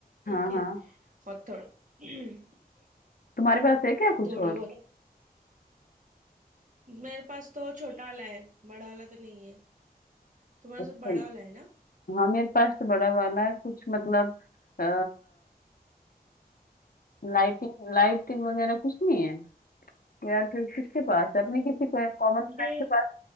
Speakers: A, on the right; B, on the left.
A: ठीक
B: हाँ
A: है
B: हाँ
A: और थोड़े <clears throat>
B: तुम्हारे पास है क्या कुछ
A: थोड़े
B: और
A: बहुत मेरे पास तो छोटा वाला है बड़ा वाला तो नहीं है तुम्हारे
B: अच्छा
A: से बड़ा वाला है ना
B: हाँ मेरे पास तो बड़ा वाला है कुछ मतलब आ, लाइटिंग लाइटिंग वगैरह कुछ नहीं है यार फिर किसके पास है अपने किसी को कॉमन फ्रेंड
A: डे
B: के पास